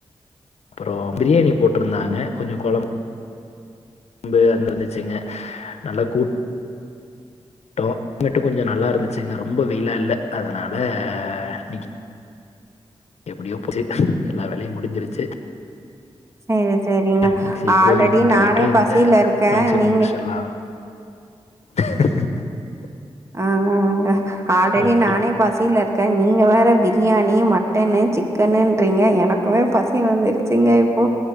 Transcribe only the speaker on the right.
சரி சரிங்க
ஆல்ரெடி
நானே
பசில இருக்கேன்
நீங்க
ஆங்க ஆங்க ஆல்ரெடி
நானே பசியில இருக்கேன் நீ நீங்க வேற பிரியாணி மட்டன்னு சிக்கன்னன்றீங்க எனக்குமே பசி வந்துருச்சுங்க இப்போ